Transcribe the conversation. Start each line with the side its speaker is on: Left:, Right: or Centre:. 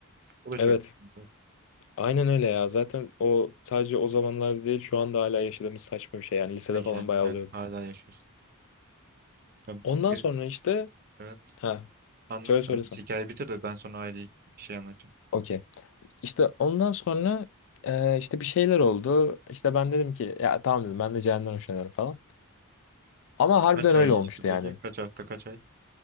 Right: O da
Left: Evet.
Right: çok kötü.
Left: Aynen öyle ya. Zaten o sadece o zamanlar değil şu anda hala yaşadığımız saçma bir şey. Yani lisede
Right: Ha,
Left: falan
Right: Yani
Left: bayağı
Right: evet
Left: oluyordu.
Right: hala yaşıyorsun. Ya,
Left: Ondan
Right: bir,
Left: sonra işte
Right: evet.
Left: Ha.
Right: Anlat
Left: Söyle
Right: sen.
Left: söyle sen.
Right: Hikaye bitir de ben sonra ayrı bir şey anlatacağım.
Left: Okey. İşte ondan sonra e, işte bir şeyler oldu. İşte ben dedim ki ya tamam dedim ben de Ceren'den hoşlanıyorum falan. Ama harbiden
Right: Kaç ay
Left: öyle
Right: geçti
Left: olmuştu
Right: peki?
Left: yani.
Right: Kaç hafta kaç ay?